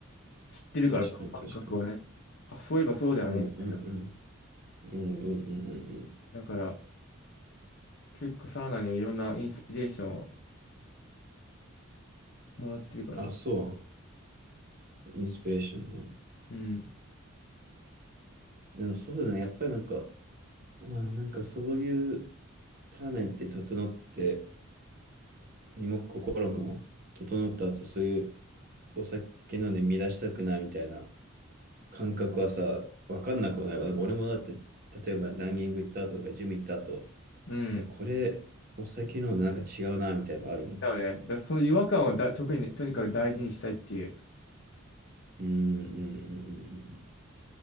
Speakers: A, on the left; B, on the right.
A: 知ってるから、
B: 確かに確かに。
A: その感覚をね。あ、そういえばそうだよね、
B: うんうんうん。
A: みたいな。
B: うんうんうんうんう
A: だから、結構サウナにはいろんなインスピレーションをもらってるからね。
B: ん。あ、そう。インスピレーションね。
A: うん。
B: でもそうだね。やっぱりなんか、まあなんかそういうサウナ行って整って、身も心も整った後、そういうお酒飲んで乱したくないみたいな感覚はさ、わかんなくもないわ。なんか俺もだって、例えばランニング行った後とか、ジム行った後、
A: うん。
B: いや、これ、お酒飲むのなんか違うな、みたいなのあるもん。
A: だよね。だからその違和感をだ、特にね、とにかく大事にしたいっていう
B: うん、うん、うん、うん。うん